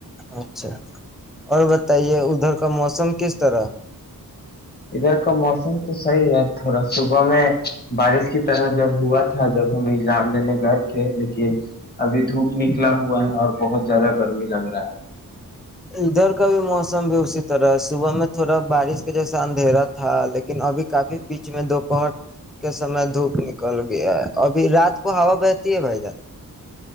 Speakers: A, in the centre; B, on the left.
A: اچھا اور بتائیے ادھر کا موسم کس طرح
B: ادھر کا موسم تو صحیح ہے تھوڑا صبح میں بارش کی طرح جب ہوا تھا جب ہم ایگزام لینے گئے تھے لیکن ابھی دھوپ نک پکھلا ہوا ہے اور بہت زیادہ گرمیی لگ رہا ہے
A: ادھر کا بھی موسم بھی اسی طرح ہے صبح میں تھوڑا بارش کے جیسا اندھیرا تھا لیکن ابھی کافی بیچ میں دو بہت کے سمے دھوپ نکل گیا ابھی رات کو ہوا بہتی ہے بھائی جان